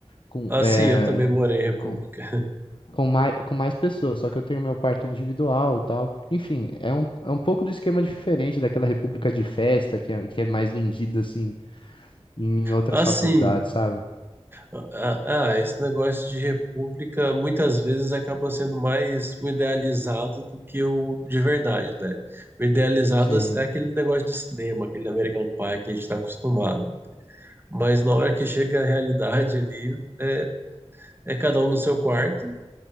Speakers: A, on the left; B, on the right.
A: com,
B: Assim,
A: é,
B: eu também morei em República.
A: com, com, mais, com mais pessoas, só que eu tenho meu quarto individual e tal. Enfim, é um, é um pouco do esquema diferente daquela república de festa que é, que é mais vendida, assim, em outras
B: Assim,
A: faculdades, sabe?
B: ah, ah, esse negócio de república muitas vezes acaba sendo mais o idealizado do que o de verdade, né? O idealizado
A: Sim,
B: é aquele negócio de cinema, aquele American Pie que a gente está acostumado. Mas na hora que chega a realidade ali, é, é cada um no seu quarto,